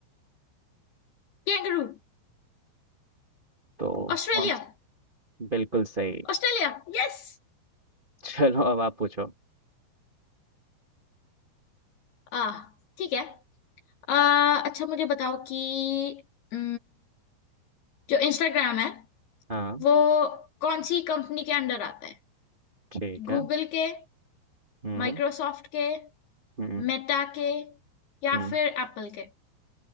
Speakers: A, on the left (about 65°); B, on the right (about 60°).
A: कैंगरू
B: तो
A: ऑस्ट्रेलिया
B: कौन बिल्कुल सही
A: ऑस्ट्रेलिया यस
B: <laughs> चलो अब आप पूछो
A: आ ठीक है आ, अच्छा मुझे बताओ कि अम, जो इंस्टाग्राम है
B: हाँ
A: वो कौन सी कंपनी के अंडर आता है
B: ठीक है
A: गूगल के
B: हम्म
A: माइक्रोसॉफ्ट के
B: हम्म
A: मेटा के या
B: हम्म
A: फिर एप्पल के